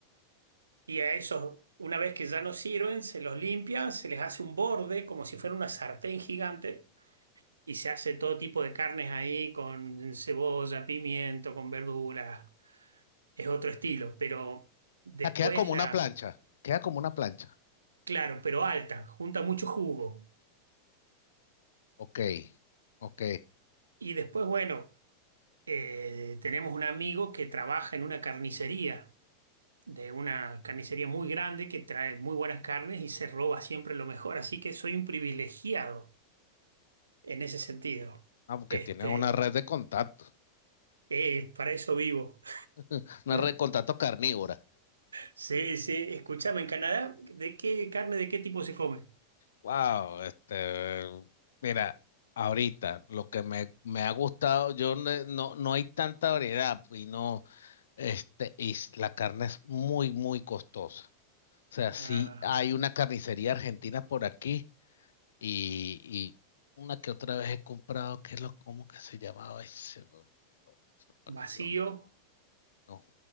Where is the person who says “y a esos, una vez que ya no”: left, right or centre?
Right